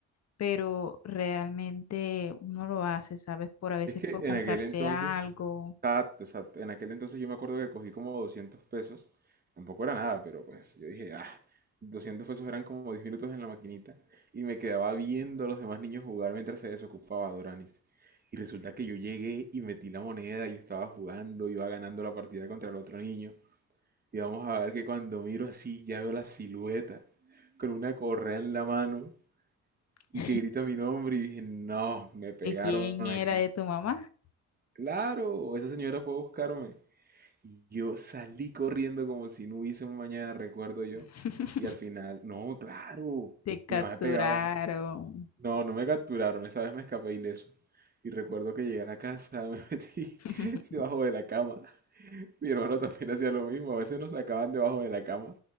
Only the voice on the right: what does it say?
Es que
en
aquel entonces,
exacto, exacto, en aquel entonces yo me acuerdo que cogí como 200 pesos, tampoco era nada, pero pues yo dije, ah, 200 pesos eran como 10 minutos en la maquinita y me quedaba viendo a los demás niños jugar mientras se desocupaba Doranis. Y resulta que yo llegué y metí la moneda, yo estaba jugando, iba ganando la partida contra el otro niño. Y vamos a ver que cuando miro así, ya veo la silueta con una correa en la mano y
que grita mi nombre y dije, no, me pegaron
aquí.
Claro, esa señora fue a buscarme. Yo salí corriendo como si no hubiese un mañana, recuerdo yo.
Y al final, no, claro,
mi mamá me pegaba. No, no me capturaron, esa vez me escapé ileso. Y recuerdo que llegué a la casa, me <laughs> metí
debajo de la cama. Mi hermano también hacía lo mismo, a veces nos sacaban debajo de la cama,